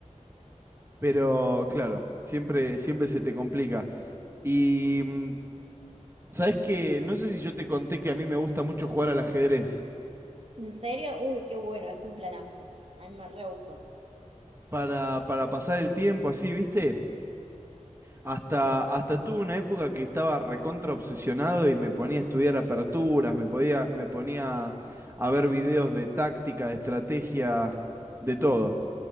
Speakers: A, on the right; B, on the right.
A: Pero claro, siempre, siempre se te complica. Y mm, sabes que no sé si yo te conté que a mí me gusta mucho jugar al ajedrez.
B: ¿En serio? Uy, qué bueno, es un planazo. A mí me re gustó.
A: Para, para pasar el tiempo así, ¿viste? Hasta, hasta tuve una época que estaba recontra obsesionado y me ponía a estudiar aperturas, me podía, me ponía a ver videos de táctica, de estrategia, de todo.